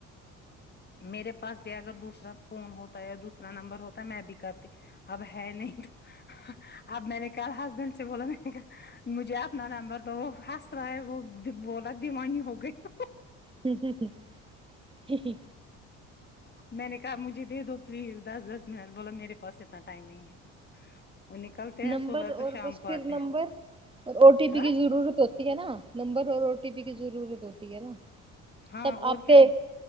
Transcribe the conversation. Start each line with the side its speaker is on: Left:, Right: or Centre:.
Left: میرے پاس بھی اگر دوسرا فون ہوتا ہے یا دوسرا نمبر ہوتا میں بھی کرتی اب ہے نہیں تو اب میں نے کہا ہسبینڈ سے بولا میں نے کہا مجھے اپنا نمبر تو وہ ہنس رہا ہے وہ بولا دیوانی ہو گئی وہ
Right: ہ ہ ہ ه ہی ہی
Left: میں نے کہا مجھے دے دو پلیز دس دس منٹ بو لا میرے پاس اتنا ٹائم نہیں ہے وہ نکلتے ہیں
Right: نمبر
Left: صبح
Right: اور
Left: تو شام
Right: بس
Left: کو
Right: پھر
Left: آتے ہیں
Right: نمبر اور او ٹی
Left: ہاں
Right: پی کی ضرورت ہو ٹھیک ہے نا نمبر اور او ٹی پی کی ضرورت ہوتی ہے نا
Left: ہاں
Right: تب
Left: اور
Right: آپ
Left: کیا
Right: کے